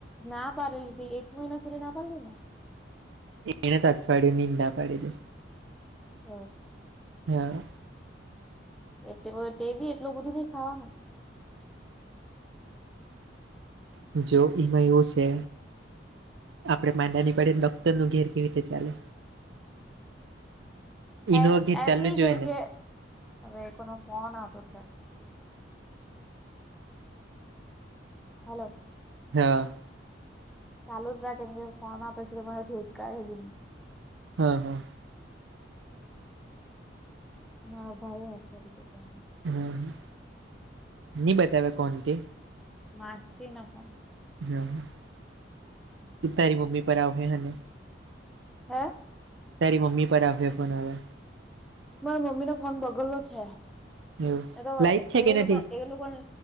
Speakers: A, in the centre; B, on the right.
A: ના પાડેલી હતી એક મહિના સુધી ના પાડેલી ને
B: એને તો અઠવાડિયુંની જ ના પાડેલી.
A: ઓ
B: હા
A: એટલે ટેવો ટેબી એટલું બધું નઈ ખાવાનું.
B: હ જો એમા એવું છે આપડે માંદા ની પડયે ડોક્ટર ઘેર કેવી રીતે ચાલે એનું
A: એમ
B: ઘેર
A: એમ
B: ચાલવું
A: નઈ
B: જોઈએ
A: કેઈ
B: ને
A: કે હવે એ લોકોનો ફોન આવતો છે. હલો
B: હા
A: ચાલુ રાખ કેમ કે ફોન આવતો મારાથી ઉચકાહે બી ની.
B: હા હા
A: મારો ભાઈ હશે બીજું કોન હોય
B: હા હા ની બતાવે કોન તે
A: માસીનો ફોન
B: હા હા તારી મમ્મી પર આવહે હને
A: હા
B: તારી મમ્મી પર આવહે ફોન હવે.
A: મારા મમ્મીનો ફોન બગલ્લો છે
B: એવું
A: એ તો
B: લાઈટ છે
A: એ
B: કે નથી
A: લોકો એ લોકોને